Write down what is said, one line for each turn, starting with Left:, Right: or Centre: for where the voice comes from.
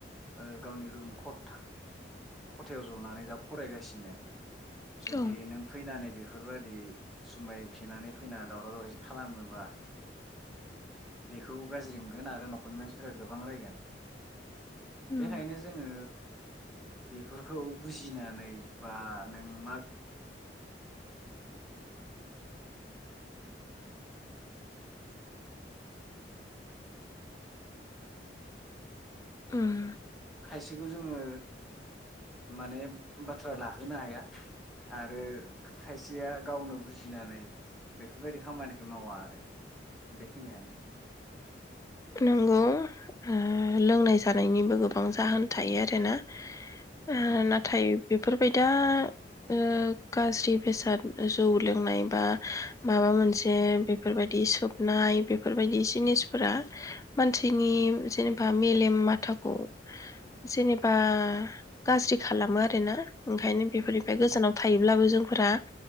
Centre: ओ गावनि रुम खथथा खथायाव जनानै दा फरायगासिनो। जुदि
Left: औ
Centre: नों फैनानै बेफोरबायदि जुमाय फेनानै फैना दावराव दावसि खालामोबा बेखौ गाज्रि मोनगोन आरो नख खरनि मानसिफोरा गोबां रायगोन।
Left: उम
Centre: बेखायनो जोङो बेफोरखौ बुजिनानै बा नों मा
Left: उम।
Centre: खायसेखौ जोङो माने बाथ्रा लाहोनो हाया आरो खायसेया गावनो बुजिनानै बेफोरबायदि खामानिखौ मावा आरो। बेखिनियानो।
Left: नोंगौ ओ लोंनाय जानायनिबो गोबां जाहोन थायो आरोना। ओ
Centre: औ
Left: नाथाय बेफोरबाय दा ओ गाज्रि बेसाद जौ लोंनाय बा माबा मोनसे बेफोरबायदि सोबनाय बेफोरबायदि जिनिसफोरा मानसिनि जेनेबा मेलेम माथाखौ जेनेबा गाज्रि खालामो आरोना ओंखायनो बेफोरनिफ्राय
Centre: उम उम
Left: गोजानाव थायोब्लाबो जों फोरा